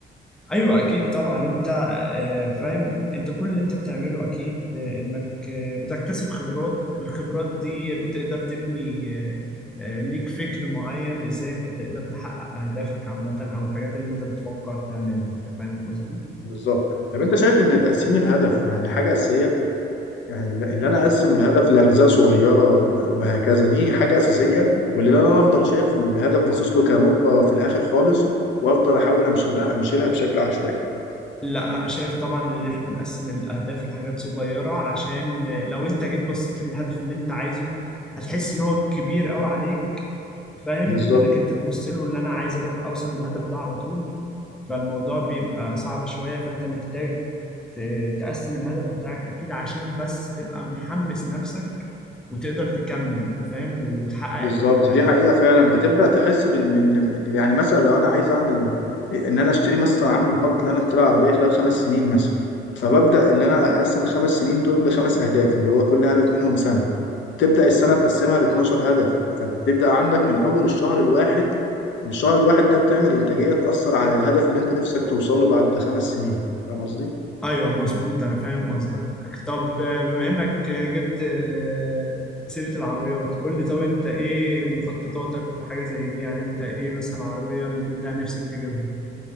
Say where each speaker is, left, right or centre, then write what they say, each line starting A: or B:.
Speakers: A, in the centre; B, on the left.
A: ايوه اكيد طبعا انت آه، فاهم انت كل اللي انت بتعمله اكيد آه، انك آه، بتكتسب خبرات الخبرات دي بتقدر تبني آه، آه، ليك فكر معين ازاي انت تقدر تحقق اهدافك عامه او الحاجات اللي انت بتفكر تعملها انت فاهم قصدي
B: بالظبط طب انت شايف ان تقسيم الهدف يعني حاجه اساسيه يعني اللي انا اقسم الهدف لاجزاء صغيره و- وهكذا دي حاجه اساسيه واللي انا افضل شايف الهدف باصص له كنقطه في الاخر خالص وافضل احاول امشلها امشلها بشكل عشوائي
A: لا انا شايف طبعا ان احنا نقسم الاهداف لحاجات صغيره عشان لو انت جيت بصيت للهدف اللي انت عايزه هتحس ان هو كبير قوي عليك فاهم
B: بالظبط
A: انك انت تبص له اللي انا عايز اروح اوصل للهدف ده على طول فالموضوع بيبقى صعب شويه فانت محتاج ت- تقسم الهدف بتاعك اكيد عشان بس تبقى محمس نفسك وتقدر تكمل فاهم وتحقق
B: بالظبط
A: اللي انت
B: دي
A: عايزه
B: حقيقه فعلا بتبدا تحس بان من يعني مثلا لو انا عايز اعمل ان انا اشتري مثلا عامل مخطط ان انا اشتري عربيه خلال خمس سنين مثلا فببدا اللي انا اقسم الخمس سنين دول لخمس اهداف اللي هو كل هدف منهم سنه تبدأ السنة تقسمها ل 12 هدف فبتبدأ عندك من أول الشهر الواحد الشهر الواحد ده بتعمل إنتاجية تأثر على الهدف اللي أنت نفسك توصل له بعد خمس سنين فاهم قصدي؟
A: ايوه مظبوط انا فاهم قصدك طب آه، بما انك آه، جبت آه، سيرة العربيات قول لي طب انت ايه مخططاتك في حاجة زي دي يعني انت ايه مثلا العربية اللي انت نفسك تجيبها